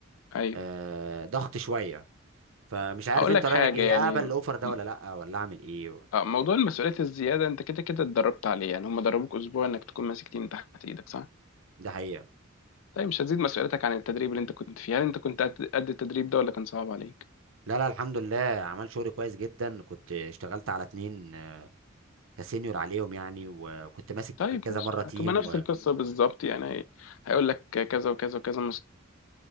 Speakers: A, on the left; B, on the right.
A: ايوه
B: آه، ضغط شويه فمش عارف
A: اقول
B: انت
A: لك
B: رايك
A: حاجه
B: ايه
A: يعني
B: اقبل الاوفر ده
A: م-
B: ولا لا ولا اعمل ايه
A: آه، موضوع المسؤوليه الزياده انت كده كده اتدربت عليه يعني هم دربوك اسبوع انك تكون ماسك تيم تحت ايدك صح
B: ده حقيقه
A: طيب مش هتزيد مسؤوليتك عن التدريب اللي انت كنت فيه هل انت كنت قد قد التدريب ده ولا كان صعب عليك
B: لا لا الحمد لله عمل شغل كويس جدا كنت اشتغلت على اتنين كسينيور عليهم يعني وكنت ماسك
A: طيب
B: كذا
A: ماشي
B: مره تيم
A: هتبقى نفس
B: و...
A: القصه بالظبط يعني هيقول لك كذا وكذا وكذا مسؤولين